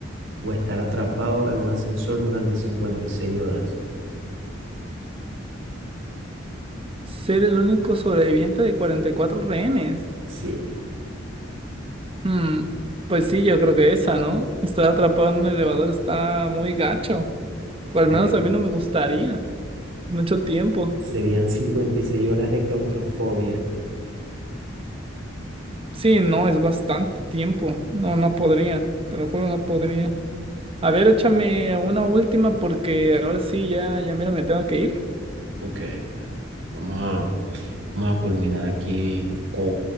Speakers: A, on the right (about 70°); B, on the right (about 30°).
A: o estar atrapado en un ascensor durante 56 horas.
B: Ser el único sobreviviente de 44 rehenes.
A: Sí.
B: Hmm, pues sí, yo creo que esa, ¿no? Estar atrapado en un elevador está muy gacho. O al menos
A: Eh,
B: a mí no me gustaría. Mucho tiempo.
A: serían 56 horas de claustrofobia.
B: Sí, no, es bastante tiempo. No, no podría. Te lo juro, no podría. A ver, échame una última porque ahora sí, ya, ya mira, me tengo que ir.
A: Ok, espera. Vamos a... Vamos a culminar aquí con,